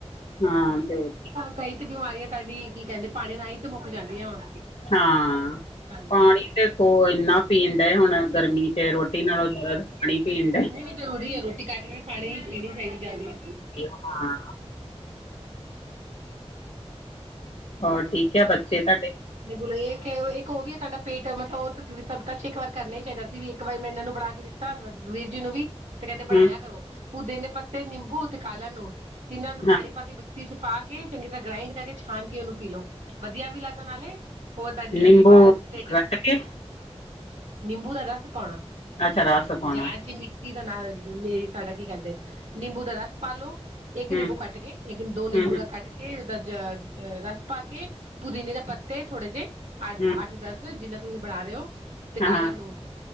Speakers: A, on the left; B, on the right.
A: ਹਾਂ ਤੇ
B: ਕਈ ਤੇ ਬਿਮਾਰੀਆਂ ਤੁਹਾਡੀ, ਕੀ ਕਹਿੰਦੇ ਪਾਣੀ ਰਾਹੀਂ ਤੇ ਮੁੱਕ ਜਾਂਦੀਆਂ ਵਾ
A: ਹਾਂ,
B: ਹਾਂਜੀ
A: ਪਾਣੀ ਦੇਖੋ ਹੁਣ ਇੰਨਾ ਪੀਣ ਡਏ, ਹੁਣ ਗਰਮੀ ਫਿਰ ਰੋਟੀ ਨਾਲੋਂ ਜ਼ਿਆਦਾ ਪਾਣੀ ਪੀਣ ਡਏ।
B: ਨਹੀਂ ਨਹੀਂ ਜ਼ਰੂਰੀ ਐ ਰੋਟੀ ਕੱਟ ਕੇ ਪਾਣੀ ਪੀਣੀ ਚਾਹੀਦੀ ਜਾਦੀ
A: ਇਹੋ ਹਾਂ ਹੋਰ ਠੀਕ ਐ ਬੱਚੇ ਤੁਹਾਡੇ?
B: ਬੋਲੋ ਇਹ ਇੱਕ ਉਹ ਵੀ ਤੁਹਾਡਾ ਪੇਟ ਮਤਲਬ ਉਹ ਸਭਤਾ ਚ ਇੱਕ ਵਾਰ ਕਰਨਾ ਈ ਚਾਹੀਦਾ ਸੀ ਵੀ ਇੱਕ ਵਾਰ ਮੈਂ ਇਹਨਾਂ ਨੂੰ ਬਣਾ ਕੇ ਦਿੱਤਾ ਤਾਂ, ਵੀਰ ਜੀ ਨੂੰ ਵੀ ਤੇ ਬਣਾਇਆ
A: ਹਮ
B: ਕਰੋ, ਪੁਦੀਨੇ ਪੱਤੇ, ਨਿੰਬੂ ਤੇ ਕਾਲਾ ਲੂਨ, ਤਿਨਾ ਨੂੰ ਪਾਣੀ
A: ਹਾਂ
B: ਪਾ ਕੇ ਮਿਕਸੀ ਚ ਪਾ ਕੇ, ਚੰਗੀ ਤਰ੍ਹਾਂ ਗ੍ਰਾਇੰਡ ਕਰਕੇ ਛਾਣ ਕੇ ਉਹਨੂੰ ਪੀ ਲਓ ਵਧੀਆ ਵੀ ਲੱਗਦਾ ਨਾਲੇ ਓ ਤੁਹਾਡੇ ਲੀਵਰ,
A: ਨਿੰਬੂ
B: ਆ ਤੇਡ
A: ਕੱਟ ਕੇ
B: ਨਿੰਬੂ ਦਾ ਰਸ ਪਾਉਣਾ,
A: ਅੱਛਾ ਰਸ ਪਾਉਣਾ
B: ਜਾਲ ਚ ਮਿਕ ਮਿਕਸੀ ਦਾ ਨਾਂ ਤੁਹਾਡਾ ਕੀ ਕਹਿੰਦੇ ਨਿੰਬੂ ਦਾ ਰਸ ਪਾਲੋ, ਇੱਕ
A: ਹਮ
B: ਨਿੰਬੂ ਕੱਟ ਕੇ, ਦੋ ਨਿੰਬੂ
A: ਹਮ ਹਮ
B: ਦਾ ਕੱਟ ਕੇ ਇਹ ਜ ਜ਼ ਰਸ ਪਾ ਕੇ, ਪੁਦੀਨੇ ਦੇ ਪੱਤੇ ਥੋੜੇ ਜਿਹੇ ਅੱ
A: ਹਮ
B: ਅੱਠ ਦਸ, ਜਿੰਨਾ ਤੁਸੀਂ ਬਣਾ ਰਹੇ ਹੋ ਤੇ ਕਾਲਾ
A: ਹਾਂ ਹਾਂ।
B: ਲੂਨ,